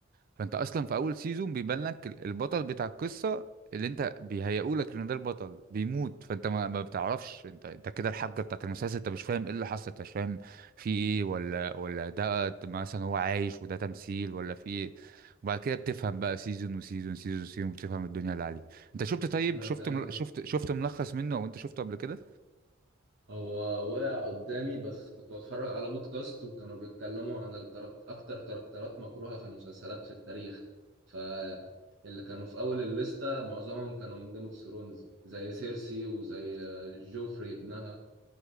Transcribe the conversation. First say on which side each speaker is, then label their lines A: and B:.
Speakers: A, on the right; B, on the right.
A: فانت اصلا في اول سيزون بيبان لك ال- البطل بتاع القصه اللي انت بيهيئولك ان ده البطل بيموت فانت ما, ما بتعرفش انت انت كده الحبكه بتاعت المسلسل انت مش فاهم ايه اللي حصل انت مش فاهم في ايه ولا ولا ده مثلا هو عايش وده تمثيل ولا في ايه وبعد كده بتفهم بقى سيزون وسيزون سيزون وسيزون بتفهم الدنيا اللي عليه انت شفت طيب
B: انا
A: شفت
B: فاهم
A: مل... شفت شفت ملخص منه او انت شفته قبل كده
B: هو وقع قدامي بس كنت بتفرج على بودكاست وكانوا بيتكلموا عن الكارك... اكتر كاركترات مكروهة في المسلسلات في التاريخ فاللي كانوا في اول الليستة معظمهم كانوا من جيم اوف ثرونز زي سيرسي وزي جوفري ابنها